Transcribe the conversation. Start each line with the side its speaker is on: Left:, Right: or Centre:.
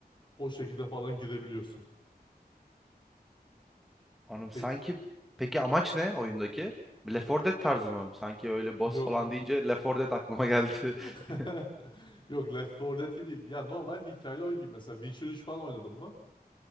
Left: O şekilde falan girebiliyorsun.
Centre: Anladım.
Left: Peki.
Centre: Sanki peki amaç ne oyundaki? Left 4 Dead tarzı mı? Sanki öyle boss
Left: Yok.
Centre: falan deyince Left 4 Dead aklıma geldi.
Left: <laughs>
Centre: <laughs>
Left: Yok Left 4 Dead gibi değil. Ya normal hikayeli oyun gibi. Mesela Witcher 3 falan oynadın mı?